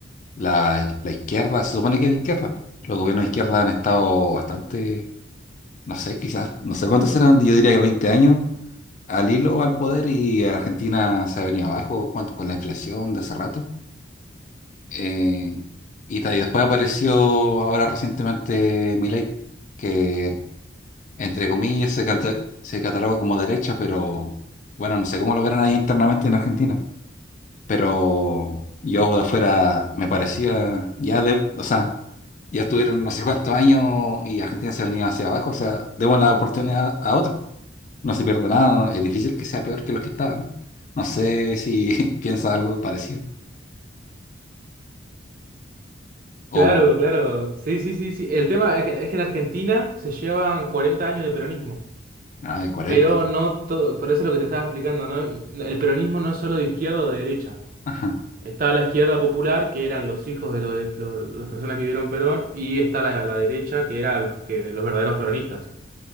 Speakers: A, on the left; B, on the right.
A: la, la izquierda, se supone que es de izquierda, los gobiernos de izquierda han estado bastante, no sé, quizás, no sé cuántos eran, yo diría que 20 años al hilo al poder y Argentina se ha venido abajo cuánto- con la inflación de hace rato. Eh, y ta- y después apareció ahora recientemente Milei, que entre comillas se, calta- se cataloga como derecha, pero bueno, no sé cómo lo verán ahí internamente en Argentina. Pero yo de afuera me parecía, ya de, o sea, ya estuvieron no sé cuántos años y Argentina se venía hacia abajo, o sea, demos la oportunidad a otro. No se pierde nada, no- es difícil que sea peor que los que estaban. No sé si <laughs> piensa algo parecido. O,
B: Claro, claro. Sí, sí, sí, sí. El tema es que, es que en Argentina se llevan 40 años de peronismo.
A: ah, el cuarenta
B: Pero no todo, por eso es lo que te estaba explicando, ¿no? El peronismo no es solo de izquierda o de derecha.
A: Ajá.
B: Está la izquierda popular, que eran los hijos de, lo de- lo- de las personas que vivieron Perón, y está la, la derecha, que eran los, que, los verdaderos peronistas.